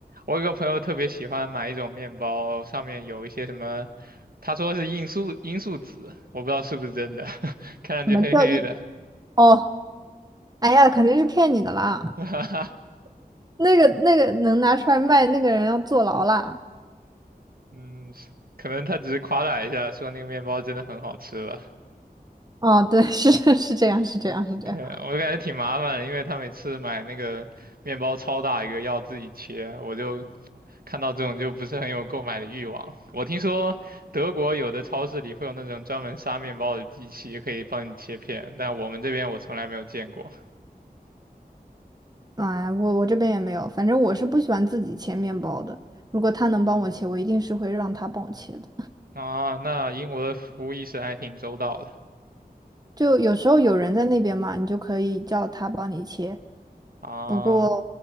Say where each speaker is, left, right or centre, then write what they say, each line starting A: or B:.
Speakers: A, on the right; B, on the right.
A: 我有个朋友特别喜欢买一种面包，上面有一些什么，他说是罂粟罂粟籽，我不知道是不是真的，<laughs> 看上去黑黑的，
B: 怎么叫一哦。哎呀，肯定是骗你的啦！
A: <laughs>
B: 那个那个能拿出来卖，那个人要坐牢啦。
A: 嗯，可能他只是夸大一下，说那个面包真的很好吃吧。
B: 哦，对，是 <laughs> 是这样，是这样，是这样。
A: 对啊，我就感觉挺麻烦的，因为他每次买那个面包超大一个，要自己切，我就看到这种就不是很有购买的欲望。我听说德国有的超市里会有那种专门杀面包的机器，可以帮你切片，但我们这边我从来没有见过。
B: 哎，我我这边也没有，反正我是不喜欢自己切面包的。如果他能帮我切，我一定是会让他帮我切的。
A: 啊，那英国的服务意识还挺周到的
B: 就有时候有人在那边嘛，你就可以叫他帮你切。
A: 啊。
B: 不过